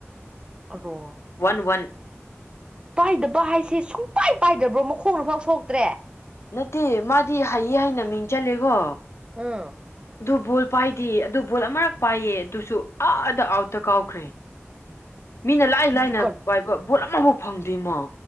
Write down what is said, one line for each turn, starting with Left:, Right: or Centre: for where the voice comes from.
Right: ꯑꯔꯣ
Left: ꯋꯥꯟ ꯋꯥꯟ
Right: ꯄꯥꯏꯗꯕ ꯍꯥꯏꯁꯦ ꯁꯨꯡꯄꯥꯏ ꯄꯥꯏꯗ꯭ꯔꯕ꯭ꯔꯣ ꯃꯈꯣꯡꯅꯐꯥꯎ ꯁꯣꯛꯇ꯭ꯔꯦ
Left: ꯅꯠꯇꯦ ꯃꯥꯗꯤ ꯍꯩꯌꯦ ꯍꯥꯏꯩꯅ ꯃꯤꯡ ꯆꯜꯂꯦꯀꯣ
Right: ꯑꯥ
Left: ꯑꯗꯨ ꯕꯣꯜ ꯄꯥꯏꯗꯦ ꯑꯗꯨ ꯕꯣꯜ ꯑꯃꯔꯛ ꯄꯥꯏꯌꯦ ꯑꯗꯨꯁꯨ ꯑꯥꯗ ꯑꯥꯎꯠꯇ ꯀꯥꯎꯈ꯭ꯔꯦ ꯃꯤꯅ ꯂꯥꯏ
Right: ꯑꯗꯨꯗꯤ
Left: ꯂꯥꯏꯅ
Right: ꯀꯔꯤ
Left: ꯄꯥꯏꯕ ꯕꯣꯠ ꯑꯃꯐꯥꯎ ꯐꯡꯗꯤꯃꯥ